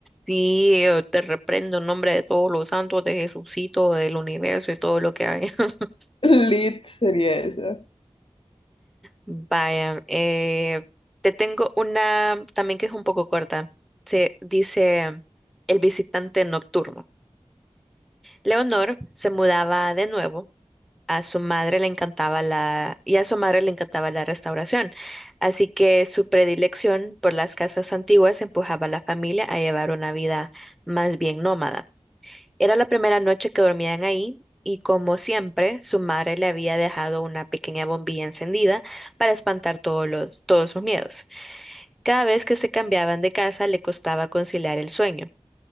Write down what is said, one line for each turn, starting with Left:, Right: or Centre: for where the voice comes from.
Centre: Sí, yo te reprendo en nombre de todos los santos, de Jesucito, del universo y todo lo que hay. <laughs>
Left: <laughs> Lit sería eso.
Centre: Vaya, eh, te tengo una también que es un poco corta. Se dice El visitante nocturno. Leonor se mudaba de nuevo a su madre le encantaba la, y a su madre le encantaba la restauración. Así que su predilección por las casas antiguas empujaba a la familia a llevar una vida más bien nómada. Era la primera noche que dormían ahí y como siempre, su madre le había dejado una pequeña bombilla encendida para espantar todos los, todos sus miedos. Cada vez que se cambiaban de casa le costaba conciliar el sueño.